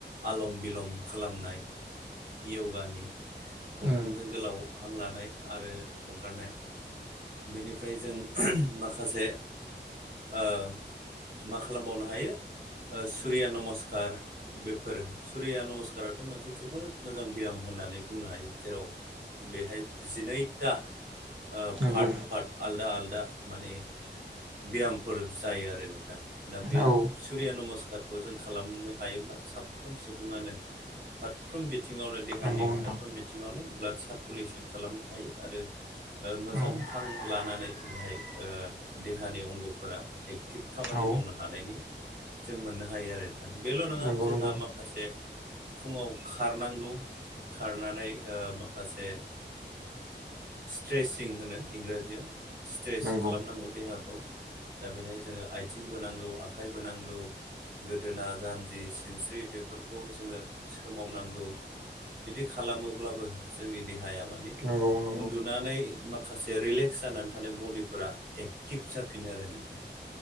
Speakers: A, on the right (about 50°); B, on the right (about 90°).
A: आलम-बिलम खालामनाय यगानि। गन्थंजों
B: उम
A: गोलाव हां लानाय आरो हगारनाय। बेनिफ्राय जों माखासे ओ। मा खालामबावनो हायो ओ सुरिया नमस्कार। बेफोर सुरिया नमस्काराथ' मोनसे जोबोद मोजां ब्याम होननानै। बुंनो हायो जेराव बेहाय जिनैथा ओ
B: नंगौ
A: पार्ट-पार्ट। आलदा-आलदा माने ब्यामफोर जायो आरो नोंथां। दा बे
B: औ
A: सुरिया नमस्कारखौ जों खालामनो हायोब्ला साफ्रोम सुबुङानो। फारफ्रोम बिथिङावनो देहानि।
B: नंगौ नोंथां
A: फारफ्रोम बिथिङावनो ब्लाड सारकुलेसन खालामनो हायो आरो। मोजां
B: औ
A: हां लानानै बेहाय ओ देहानि अंगफोरा। एक्टिभ खामानि
B: औ
A: मावनो हानायनि। जों मोननो हायो आरो नोंथां बेल' नङा
B: नंगौ
A: जोंहा
B: नंगौ
A: माखासे। फुङाव खारनांगौ। खारनानै माखासे स्ट्रेसिं होनो इंराजियाव स्ट्रेस
B: नंगौ
A: खालामनांगौ देहाखौ। दा बेहाय जोङो आथिंबो नांगौ आखाइबो नांगौ। गोदोना जानजि सिनस्रि बेफोरखौ जोङो सोमावनांगौ। बिदि खालामोब्लाबो जोंनि देहाया माने
B: नंगौ नंगौ
A: उन्दुनानै माखासे रिलेक्स जानानै थानाय बडिफोरा एक्टिभ जाफिनो आरो नोंथां